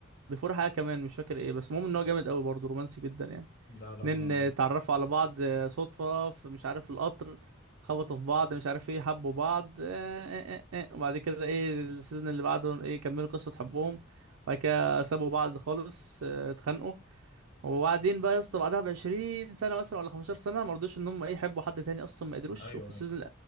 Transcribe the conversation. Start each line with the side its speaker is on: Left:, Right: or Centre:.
Right: بيفور حاجة كمان مش فاكر ايه بس المهم ان هو جامد قوي برضه رومانسي جدا يعني
Left: لا لا
Right: اتنين
Left: ما
Right: اتعرفوا على بعض آه، صدفة في مش عارف القطر خبطوا في بعض مش عارف ايه حبوا بعض اه اه اه اه. وبعد كده ايه السيزون اللي بعده ايه كملوا قصة حبهم وبعد كده سابوا بعض خالص اه، اتخانقوا وبعدين بقى يا اسطى بعدها ب 20 سنة مثلا ولا 15 سنة ما رضوش ان هم ايه يحبوا حد تاني اصلا ما قدروش
Left: ايوه
Right: وفي السيزون
Left: ايوه